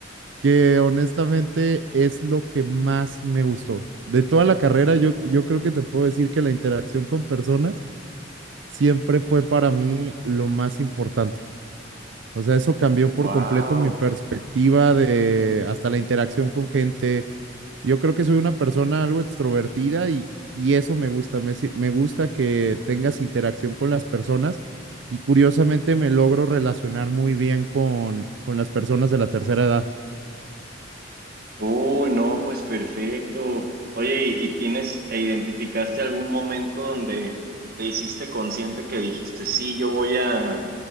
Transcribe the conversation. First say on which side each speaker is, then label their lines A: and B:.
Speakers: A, on the right; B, on the right.
A: que honestamente es lo que más me gustó. De toda la carrera, yo, yo creo que te puedo decir que la interacción con personas siempre fue para mí lo más importante. O sea, eso cambió por
B: Wow.
A: completo mi perspectiva de hasta la interacción con gente. Yo creo que soy una persona algo extrovertida y, y eso me gusta. Me, si- me gusta que tengas interacción con las personas y curiosamente me logro relacionar muy bien con, con las personas de la tercera edad.
B: Uy, no, pues perfecto. Oye, ¿y, y tienes e identificaste algún momento donde te hiciste consciente que dijiste, sí, yo voy a,